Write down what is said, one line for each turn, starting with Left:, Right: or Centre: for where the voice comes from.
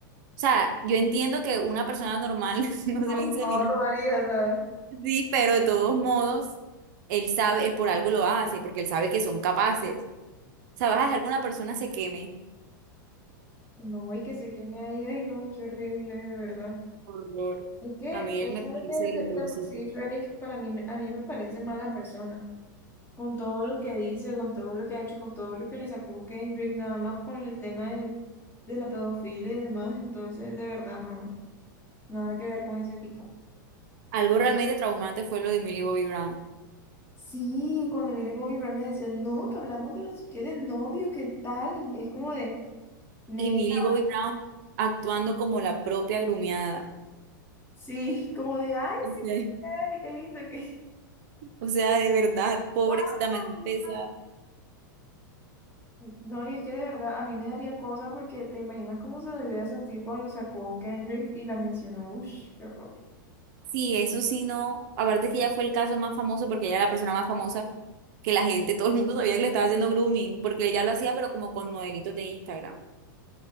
Right: sea, yo entiendo que una persona normal <laughs> no
Left: No,
Right: se va a inseminar.
Left: no, no haría, o sea.
Right: Sí, pero de todos modos, él sabe, él por algo lo hace, porque él sabe que son capaces. O sea, vas a dejar que una persona se queme.
Left: No, y que se queme ahí, ay no, qué horrible, de verdad.
Right: Horror.
Left: Es que,
Right: A mí
Left: o
Right: él me
Left: sea,
Right: parece
Left: que
Right: de
Left: de,
Right: lo peorcito.
Left: de por sí Drake para mí, me- a mí me parece mala persona. Con todo lo que dice, con todo lo que ha hecho, con todo lo que le sacó Kendrick, nada más con el tema del, de la pedofilia y demás. Entonces, de verdad, no, nada que ver con ese tipo.
Right: Algo realmente traumante fue lo de Millie Bobby Brown.
Left: Sí, cuando Millie Bobby Brown le decía no, que hablamos de no sé qué, de novio, qué tal, y es como de, neta,
Right: Y Millie Bobby Brown actuando como la propia grumiada.
Left: sí, como de, ay,
Right: O
Left: sí, qué
Right: sea,
Left: chévere, qué lindo, que...
Right: o sea, de verdad, pobrecita,
Left: <laughs>
Right: me da un pesar.
Left: No, y es que de verdad a mí me daría cosa porque te imaginas cómo se debió de sentir cuando sacó Kendrick y la mencionó. Ush, qué horror.
Right: Sí, eso sí no. Aparte que ella fue el caso más famoso porque ella era la persona más famosa que la gente, todo el mundo sabía que le estaba haciendo grooming, porque ella lo hacía pero como con modelitos de Instagram.